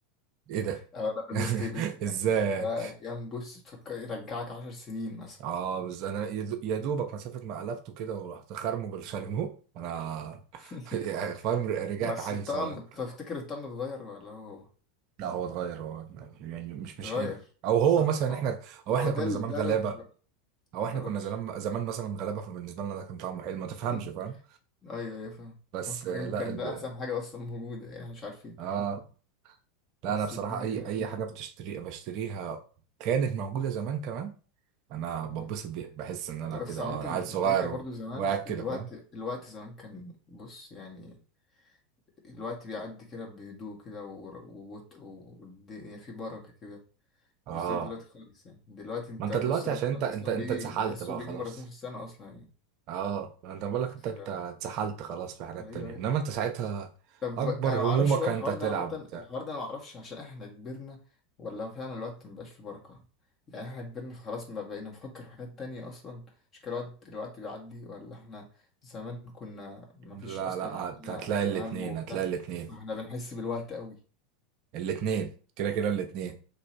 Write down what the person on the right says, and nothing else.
ايه ده
<laughs>
ازاي
اه بس انا يدو- يا دوبك مسافه ما قلبته كده ورحت خرمه بالشاليمو انا
<laughs> يعني فاهم رجعت
عيل
صغير
لا هو اتغير هو يعني مش
مش حلو او هو
مثلا
احنا
او
احنا
كنا
زمان
غلابه
او
احنا
كنا زمان زمان مثلا غلابه فبالنسبه لنا ده كان طعمه حلو ما تفهمش
فاهم
بس
آه، لا
الب...
اه لا
انا بصراحه
اي اي حاجه بتشتري بشتريها كانت موجوده زمان كمان انا
بتبسط بيها بحس ان انا
كده
اه انا
عيل صغير
و...
وقاعد كده
فاهم
اه
ما انت
دلوقتي
عشان انت انت
انت
اتسحلت
بقى
خلاص
اه انت بقول لك انت
انت اتسحلت خلاص في حاجات
تانية
انما انت ساعتها
اكبر
همومك
انت
هتلعب
وبتاع
لا
لا هت-
هتلاقي الاتنين
هتلاقي الاتنين
الاتنين كده كده الاتنين